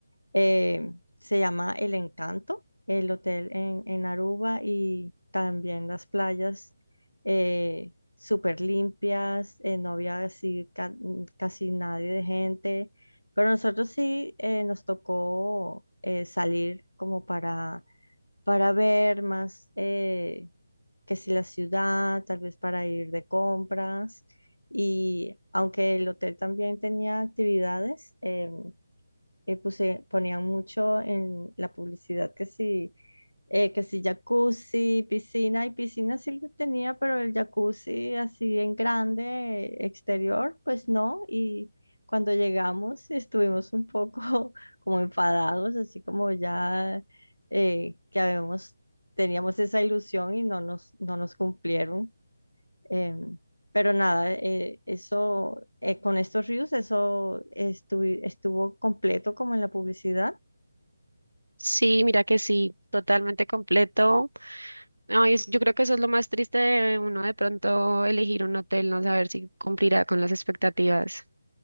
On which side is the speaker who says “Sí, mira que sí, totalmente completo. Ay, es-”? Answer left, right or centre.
Right